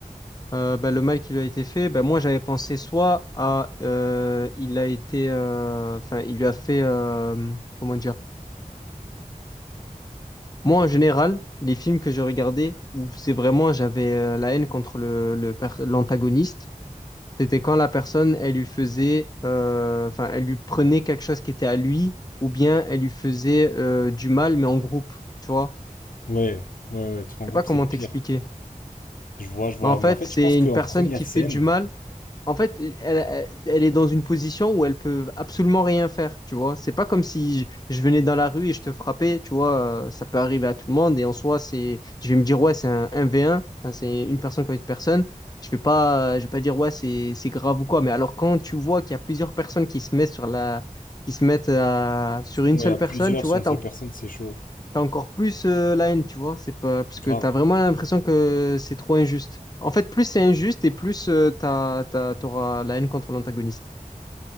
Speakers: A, on the left (about 30°); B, on the left (about 80°).
A: Euh, ben, le mal qui lui a été fait, ben, moi j'avais pensé soit à euh, il a été, euh, enfin, il lui a fait, euh, comment dire? Moi, en général, les films que je regardais où c'est vraiment j'avais euh, la haine contre le, le per- l'antagoniste, C'était quand la personne, elle lui faisait, euh, enfin, elle lui prenait quelque chose qui était à lui, ou bien elle lui faisait euh, du mal, mais en groupe, tu vois.
B: Ouais, ouais, ouais, truc
A: Je
B: en
A: sais
B: groupe,
A: pas comment
B: c'est le
A: t'expliquer.
B: pire. Je vois, je vois.
A: Mais en fait,
B: Mais en fait,
A: c'est
B: je pense qu'en
A: une personne
B: première
A: qui
B: scène,
A: fait du mal En fait, elle, elle- est dans une position où elle peut absolument rien faire, tu vois. C'est pas comme si je, je venais dans la rue et je te frappais, tu vois. euh, Ça peut arriver à tout le monde et en soi, c'est, je vais me dire, ouais, c'est un 1 v un. hein, c'est une personne contre une personne. Je vais pas, je vais pas dire, ouais, c'est, c'est grave ou quoi. Mais alors, quand tu vois qu'il y a plusieurs personnes qui se mettent sur la, qui se mettent à- sur une
B: ouais,
A: seule
B: à
A: personne,
B: plusieurs
A: tu
B: sur
A: vois,
B: une
A: t'as
B: seule personne, c'est chaud.
A: t'as encore plus euh, la haine, tu vois. C'est pas parce que
B: Grave.
A: t'as vraiment l'impression que c'est trop injuste. En fait, plus c'est injuste et plus euh, t'as, t'as- t'auras la haine contre l'antagoniste.